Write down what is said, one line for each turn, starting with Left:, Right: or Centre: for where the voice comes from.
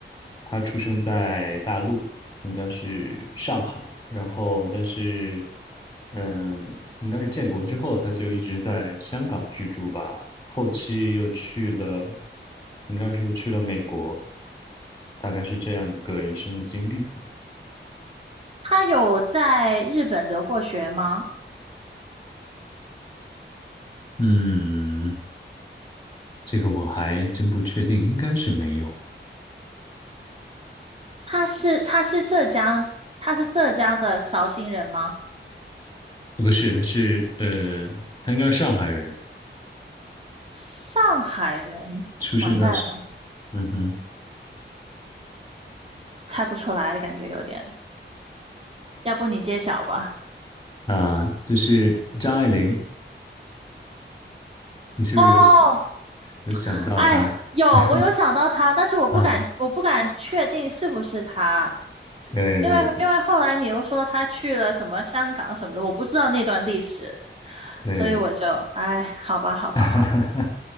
Left: 他出生在大陆。应该是上海，然后但是，嗯，应该是建国之后，他就一直在香港居住吧，后期又去了，应该是又去了美国，大概是这样一个人生的经历。
Right: 他有在日本留过学吗？
Left: 嗯，这个我还真不确定，应该是没有，
Right: 他是他是浙江，他是浙江的绍兴人吗？
Left: 呃不是，他是呃，他应该是上海人，
Right: 上海人，
Left: 出生的是，
Right: 完蛋了，
Left: 嗯哼，
Right: 猜不出来，感觉有点。要不你揭晓吧？
Left: 啊，就是张爱玲，你是不是有想
Right: 哦，
Left: 有想到她？
Right: 哎呀，有，
Left: <laughs>
Right: 我有想到他，但是我不敢，
Left: 啊？
Right: 我不敢确定是不是他，
Left: 对对对
Right: 因为因为后来你又说他去了什么香港什么的，我不知道那段历史，
Left: 对，
Right: 所以我就，哎，好吧，好吧，
Left: <laughs>
Right: 好吧。